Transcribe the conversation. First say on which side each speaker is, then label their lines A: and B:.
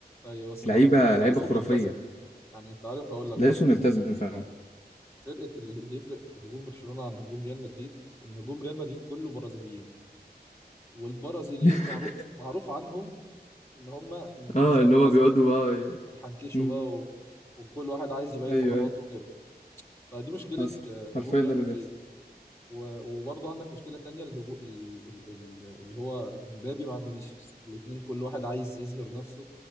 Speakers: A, on the left; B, on the left.
A: ايوه بس
B: لعيبه
A: انا
B: لعيبه
A: ناقصهم
B: خرافيه
A: يلتزموا يعني انت عارف هقول لك
B: لازم
A: برضه
B: يلتزموا فعلا
A: فرقه اللي اللي يفرق هجوم برشلونه عن هجوم ريال مدريد ان هجوم ريال مدريد كله برازيليين والبرازيليين
B: <laughs>
A: معروف معروف عنهم ان هم م-
B: اه
A: مش بيلتزموا
B: اللي هو بيقعدوا اه ي-
A: يحنكشوا
B: <laughs> امم
A: بقى و... وكل واحد عايز يبين
B: ايوه
A: مهاراته
B: ايوه
A: وكده فدي مشكله
B: حصل
A: آه، هجوم
B: حرفيا
A: ريال
B: ده اللي
A: مدريد
B: بيحصل
A: و... وبرضه عندك مشكله تانية الهجو... ال... ال... ال... اللي هو مبابي مع فينيسيوس الاتنين كل واحد عايز يظهر نفسه